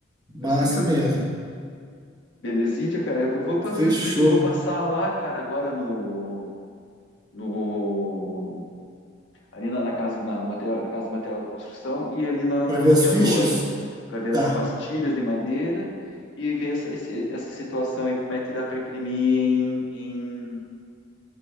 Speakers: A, on the right (about 20°); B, on the left (about 65°).
A: Massa
B: Eu sei que eu.
A: mesmo.
B: te- Belezitia, cara. Eu vou fazer
A: Fechou.
B: o seguinte: eu vou passar lá, cara, agora no. no ali na, na casa, na, material, na casa de material de construção e ali na,
A: Pra
B: na copiadora,
A: ver as fichas?
B: para ver
A: Tá.
B: as pastilhas de madeira e ver essa, esse- essa situação aí, como é que dá para imprimir em, em